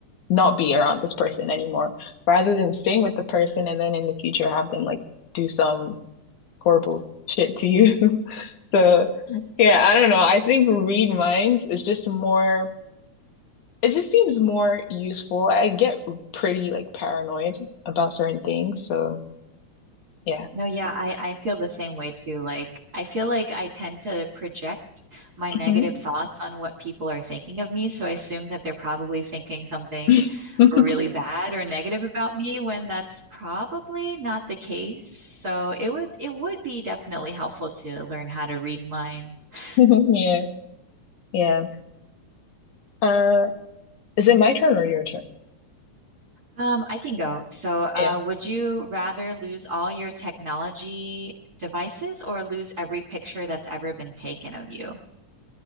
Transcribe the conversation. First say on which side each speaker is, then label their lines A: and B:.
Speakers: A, on the left; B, on the right.
A: not be around this person anymore, rather than staying with the person and then in the future have them like do some horrible shit to you. <laughs> So, yeah, I don't know. I think read minds is just more, it just seems more useful. I get pretty like paranoid about certain things, so yeah.
B: No, yeah, I, I feel the same way too. Like, I feel like I tend to project my negative
A: Mhm.
B: thoughts on what people are thinking of me. So I assume that they're probably thinking something
A: <laughs>
B: really bad or negative about me when that's probably not the case. So it would it would be definitely helpful to learn how to read minds. <laughs>
A: Yeah, yeah. Uh, Is it my turn or your turn?
B: Um, I can go. So, uh,
A: Yeah.
B: would you rather lose all your technology devices or lose every picture that's ever been taken of you?